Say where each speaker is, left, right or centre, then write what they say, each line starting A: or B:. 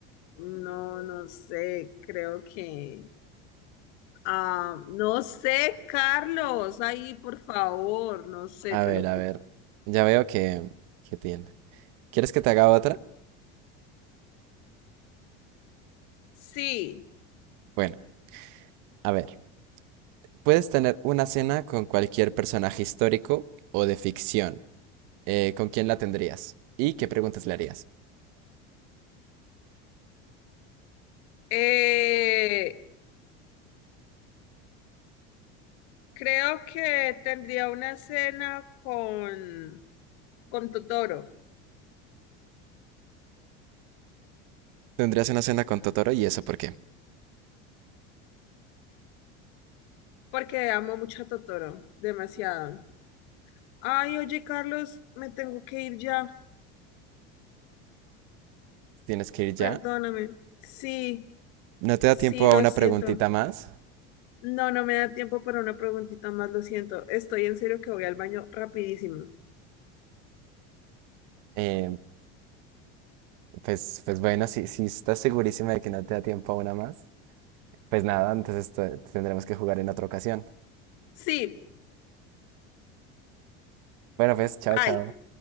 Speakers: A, on the left; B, on the right.
A: no, no sé, creo que... Ah, no sé, Carlos, ahí, por favor, no sé,
B: A
A: te
B: ver,
A: lo
B: a
A: juro.
B: ver. Ya veo que, que tiende. ¿Quieres que te haga otra?
A: Sí,
B: Bueno, a ver. Puedes tener una cena con cualquier personaje histórico o de ficción. Eh, ¿con quién la tendrías? ¿Y qué preguntas le harías?
A: eh, Creo que tendría una cena con, con Totoro,
B: ¿Tendrías una cena con Totoro y eso por qué?
A: porque amo mucho a Totoro, demasiado. Ay, oye, Carlos, me tengo que ir ya,
B: ¿Tienes que ir ya?
A: perdóname. Sí,
B: ¿No te da
A: sí,
B: tiempo
A: lo
B: a una
A: siento.
B: preguntita más?
A: No, no me da tiempo para una preguntita más, lo siento. Estoy en serio que voy al baño rapidísimo.
B: Eh, pues, pues bueno, si, si estás segurísima de que no te da tiempo a una más, pues nada, entonces te- tendremos que jugar en otra ocasión.
A: Sí,
B: Bueno, pues, chao,
A: bye.
B: chao.